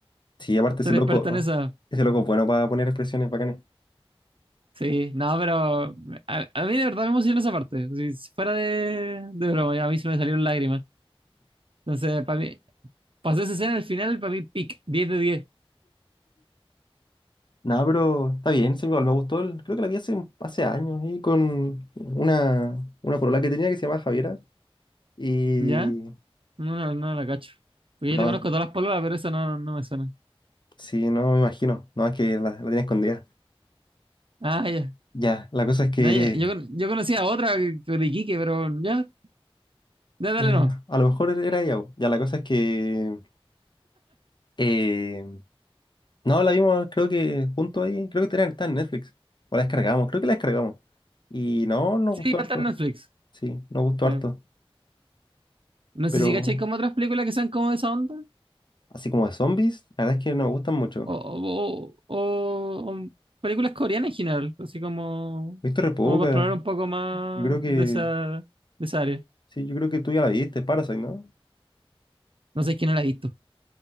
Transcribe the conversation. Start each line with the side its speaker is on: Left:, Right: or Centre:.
Left: Sí, aparte ese
Right: Son
Left: loco,
Right: expertos en eso.
Left: ese loco es bueno para poner expresiones bacanes.
Right: Sí, no, pero a, a mí de verdad me emocionó esa parte. Si fuera de, de broma, a mí se me salieron lágrimas. Entonces, para mí, Pasó esa escena al final, para mí, pic, diez de diez
Left: No, pero está bien, sí, igual me gustó. el- Creo que la vi hace, un- hace años, ahí con una, una polola que tenía que se llamaba Javiera. Y...
Right: ¿Ya? No, no, no la cacho. Porque yo
Left: No,
Right: te conozco todas las palabras, pero esa no, no me suena.
Left: Sí, no me imagino. No, es que la, la tenía escondida.
Right: Ah, ya.
Left: Ya, la cosa es que
Right: No, ya. Yo, yo conocía otra de Iquique, pero ya, ya dale
Left: eh,
Right: no.
Left: a lo mejor era ella. po. Ya, la cosa es que eh, no la vimos, creo que junto ahí. Creo que tenía- está en Netflix. O la descargamos, creo que la descargamos. Y no, nos gustó
Right: Sí, va
Left: harto.
Right: a estar en Netflix.
Left: Sí, nos gustó
Right: Sí.
Left: harto.
Right: No
Left: Pero
Right: sé si cacháis como otras películas que sean como de esa onda.
Left: así como de zombies, la verdad es que no me gustan mucho.
Right: O, o, o- o o películas coreanas en general. Así como,
Left: He visto re poca.
Right: como para explorar un poco más
Left: Yo creo que.
Right: de esa, de esa área.
Left: Sí, yo creo que tú ya la viste, Parasite, ¿no?
Right: No sé, es que no la he visto.